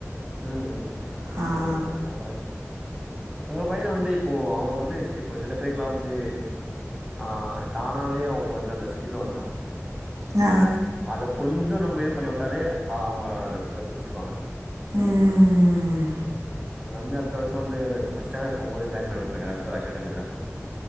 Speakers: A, on the right; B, on the right.
A: ம்ம்
B: ஆ
A: ஆமா அத்னால உங்க பையன வந்து இப்போ அவுங்க வந்து இப்போ சில பேருக்குலா வந்து ஆ தானாவே அவுங்களுக்கு வந்து அந்த ஸ்கில் வந்துரு
B: ஆ
A: அத கொஞ்ச நம்ப இது பண்ணி விட்டாலே அவுங்க அத புடிச்சுக்குவாங்க
B: ம்
A: வந்து அடுத்த வருஷ வந்து ஃபஸ்ட் ஸ்டாண்டர்ட் போம்போது ஜாயின் பண்ணி உட்டுருங்க எதாச்சு ஒரு அகாடமில